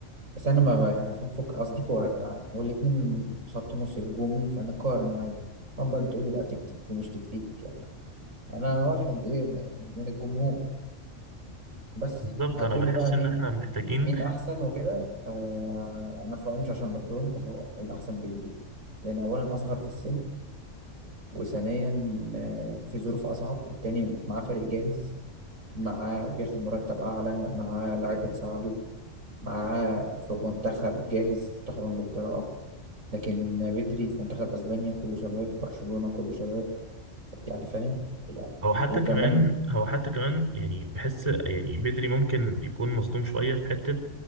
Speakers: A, on the right (about 85°); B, on the right (about 25°).
A: بس انا ما بقى يعني فاهم فك قصدي كوره يا جدعان والاتنين خط نص هجومي فانا قارن عادي طبعا بقى بتقولي بقى تكتيك ومش تكتيك انا واحد ايه من الجمهور بس
B: بالظبط
A: هتقولي
B: انا بحس
A: بقى
B: ان
A: مين
B: احنا محتاجين
A: مين احسن وكده آه انا فاهمش عشان برشلونه بس هو الاحسن بدري لان اولا اصغر في السن وثانيا آه في ظروف اصعب والتاني معاه فريق جاهز معاه بياخد مرتب اعلى معاه لعيبه تساعده معاه في منتخب جاهز منتخب انجلترا لكن بدري في منتخب اسبانيا كله شباب برشلونة كله شباب يعني فاهم يعني
B: هو حتى
A: وكمان
B: كمان هو حتى كمان يعني بحس يعني بدري ممكن يكون مصدوم شويه في حته